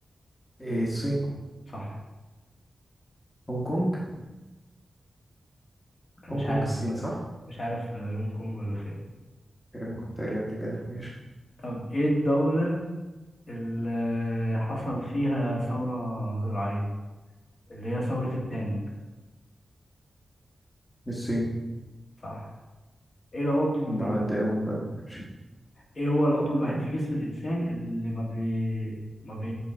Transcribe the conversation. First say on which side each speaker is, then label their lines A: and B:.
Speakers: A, on the left; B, on the left.
A: إيه الصين
B: صح
A: هونج كونج
B: انا
A: هونج
B: مش
A: كونج
B: عارف
A: الصين
B: بصراحة
A: صح؟
B: مش عارف آه، هونج كونج ولا فين
A: تقريبا كنت قاري قبل كده ماشي
B: طب ايه الدولة اللي حصل فيها ثورة زراعية اللي هي ثورة التانج
A: الصين
B: صح ايه العضو
A: بعد أول بدو ماشي
B: ايه هو العضو الوحيد
A: كمل
B: في جسم الانسان اللي ما بي ما بي